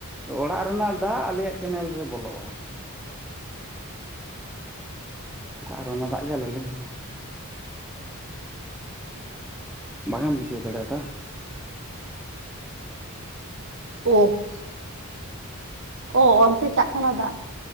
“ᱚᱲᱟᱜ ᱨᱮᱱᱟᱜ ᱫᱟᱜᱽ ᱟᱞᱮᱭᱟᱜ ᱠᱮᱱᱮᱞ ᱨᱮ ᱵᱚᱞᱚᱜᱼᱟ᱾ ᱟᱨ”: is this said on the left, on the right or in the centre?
Centre